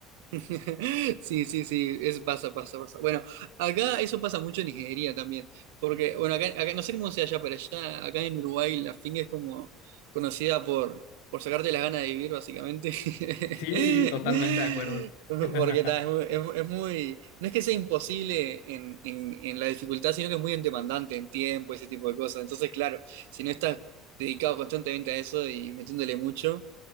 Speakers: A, on the right; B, on the left.
A: <laughs> Sí, sí, sí, es, pasa, pasa, pasa. Bueno, acá eso pasa mucho en Nigeria también, porque, bueno, acá, acá- no sé cómo sea allá, pero allá, acá en Uruguay la finga es como conocida por, por sacarte las ganas de vivir, básicamente. <laughs>
B: Sí, totalmente de acuerdo.
A: Porque
B: <laughs>
A: ta, es, muy, es muy- es muy- no es que sea imposible en, en, en la dificultad, sino que es muy demandante en tiempo, ese tipo de cosas. Entonces, claro, si no estás dedicado constantemente a eso y metiéndole mucho,